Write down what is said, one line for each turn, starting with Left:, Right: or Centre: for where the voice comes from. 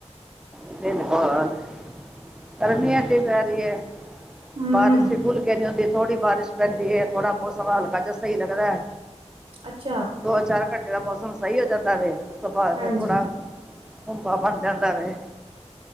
Centre: <unintelligible> ਗਰਮੀ ਐਨੀ ਪੈ ਰਹੀ ਐ।
Right: ਹੂੰ
Centre: ਬਾਰਿਸ਼ ਹੀ ਖੁੱਲ ਕੇ ਨੀ ਹੁੰਦੀ। ਥੋੜੀ ਬਾਰਿਸ਼ ਪੈਂਦੀ ਐ। ਥੋੜਾ ਮੌਸਮ ਹਲਕਾ ਜਿਹਾ ਸਹੀ ਲੱਗਦਾ ਐ।
Right: ਅੱਛਾ।
Centre: ਦੋ- ਚਾਰ ਘੰਟੇ ਦਾ ਮੌਸਮ ਸਹੀ ਹੋ ਜਾਂਦਾ ਵੇ। ਉਸ ਤੋਂ ਬਾਅਦ
Right: ਹਾਂਜੀ
Centre: ਫਿਰ ਥੋੜਾ ਹੁੰਬਾ ਬਣ ਜਾਂਦਾ ਵੇ।